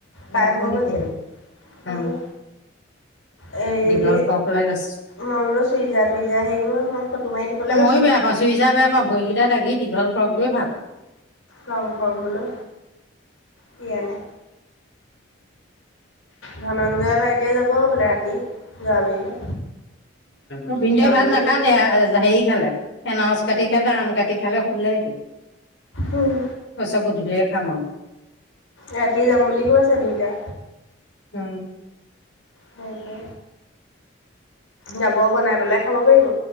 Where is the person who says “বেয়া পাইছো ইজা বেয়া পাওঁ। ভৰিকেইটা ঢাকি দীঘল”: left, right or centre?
Left